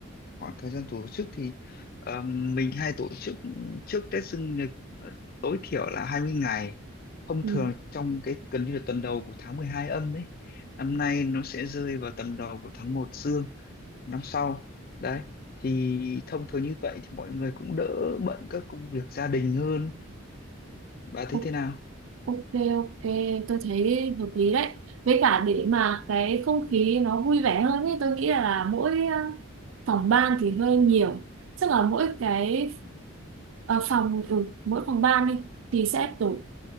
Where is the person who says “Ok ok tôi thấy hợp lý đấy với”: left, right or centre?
Right